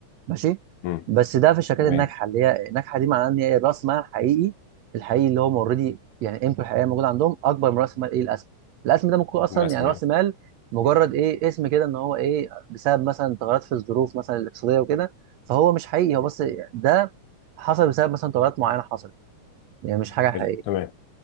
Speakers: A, on the right; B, on the left.
A: ماشي
B: مم.
A: بس ده في الشركات
B: تمام
A: الناجحه اللي هي الناجحه دي معناها ان هي راس مالها الحقيقي الحقيقي اللي هم اوريدي يعني قيمته الحقيقيه موجوده عندهم اكبر من راس مال ايه الاسهم الاسهم ده ممكن يكون اصلا
B: الرسمي
A: يعني راس
B: آه.
A: مال مجرد ايه اسم كده ان هو ايه بسبب مثلا تغيرات في الظروف مثلا الاقتصاديه وكده فهو مش حقيقي
B: مم.
A: هو بس ده حصل بسبب مثلا تغيرات معينه حصلت يعني مش حاجه
B: حلو
A: حقيقيه
B: تمام